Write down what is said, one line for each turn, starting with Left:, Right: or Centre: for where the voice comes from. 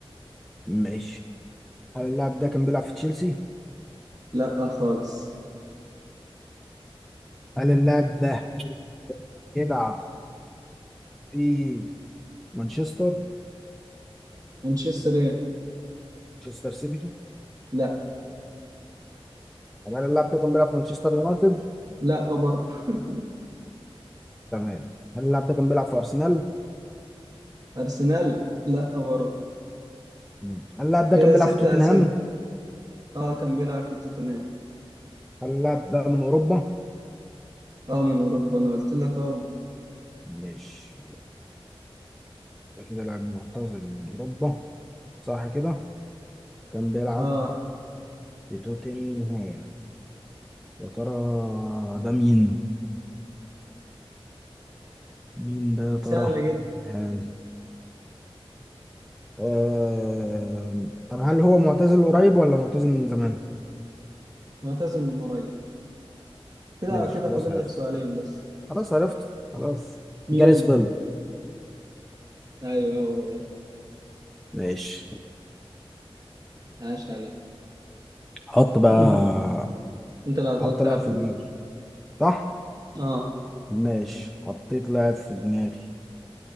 Centre: مش هل اللاعب ده كان بيلعب في تشيلسي؟
Right: لا خالص
Centre: هل اللاعب ده بيلعب في مانشستر؟
Right: مانشستر ايه
Centre: مانشستر سيتي؟
Right: لا
Centre: هل اللاعب ده كان بيلعب في مانشستر يونايتد؟
Right: لا برضه <laughs>
Centre: تمام هل اللاعب ده كان بيلعب في أرسنال؟
Right: ارسنال لا برضه
Centre: مم. هل اللاعب ده
Right: كده
Centre: كان بيلعب
Right: ستة
Centre: في توتنهام؟
Right: اسئله اه كان بيلعب في توتنهام
Centre: هل اللاعب ده من أوروبا؟
Right: اه من اوروبا انا قلت لك اه
Centre: مش ده كده لاعب معتزل من أوروبا صح كده؟ كان بيلعب
Right: اه
Centre: في توتنهام يا ترى ده مين مين ده يا ترى
Right: سهله جدا
Centre: يعني آه... طب هل هو معتزل قريب ولا معتزل من زمان
Right: معتزل من قريب كده
Centre: ماشي
Right: كده
Centre: خلاص
Right: فاضل
Centre: عرفت
Right: لك سؤالين بس
Centre: خلاص عرفت خلاص
Right: مين
Centre: جاريس بيل
Right: ايوه هو ده فعلا
Centre: ماشي
Right: عاش عليك
Centre: حط بقى
Right: <laughs> انت اللي هتقعد
Centre: حط
Right: تلعب
Centre: لاعب في
Right: في ده
Centre: دماغي صح
Right: اه
Centre: ماشي حطيت لاعب في دماغي